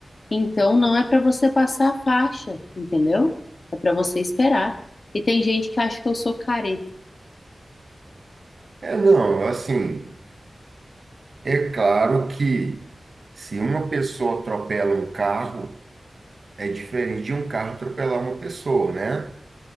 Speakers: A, on the left; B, on the right.
A: então não é para você passar a faixa, entendeu? É para você esperar. E tem gente que acha que eu sou careta,
B: É, não, assim. É claro que se uma pessoa atropela um carro, é diferente de um carro atropelar uma pessoa, né?